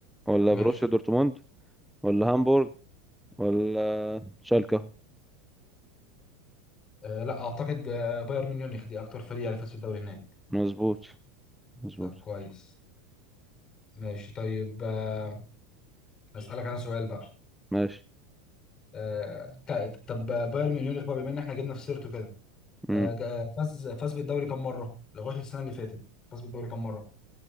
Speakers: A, in the centre; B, on the left.
A: ولا بروسيا
B: ماشي
A: دورتموند ولا هامبورغ ولا شالكة
B: آه لا اعتقد آه بايرن ميونخ دي اكتر فريق اللي فاز بالدوري هناك
A: مظبوط مظبوط
B: طب كويس ماشي طيب آه اسالك انا سؤال بقى
A: ماشي
B: آه ت- طب بايرن ميونخ بقى بما ان احنا جبنا في سيرته كده
A: امم
B: آه، جا- فاز فاز بالدوري كم مره لغايه السنه اللي فاتت فاز بالدوري كم مره